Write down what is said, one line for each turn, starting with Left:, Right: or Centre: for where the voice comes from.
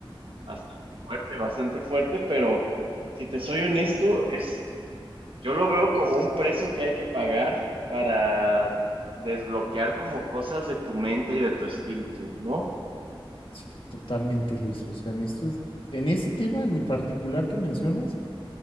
Right: Bastante fuerte, bastante fuerte, pero si te soy honesto, es, yo lo veo como un precio que hay que pagar para desbloquear como cosas de tu mente y de tu espíritu, ¿no?
Left: Sí, totalmente, Luis. O sea, en esto es, en este tema en particular que mencionas,